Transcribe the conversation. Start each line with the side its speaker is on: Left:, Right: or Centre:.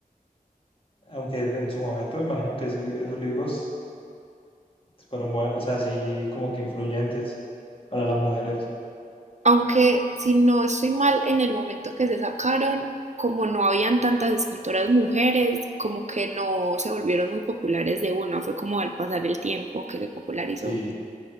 Left: Aunque en su momento me imagino que ese li- esos libros fueron buenos, o sea, así como que influyentes para las mujeres.
Right: Aunque si no estoy mal, en el momento que se sacaron, como no habían tantas escritoras mujeres, como que no se volvieron muy populares de una, fue como al pasar el tiempo que se popularizó.
Left: Sí,